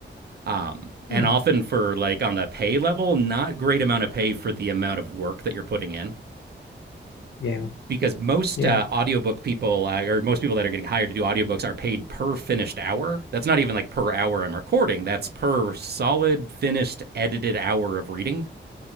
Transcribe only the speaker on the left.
Hmm.
Yeah.
Yeah.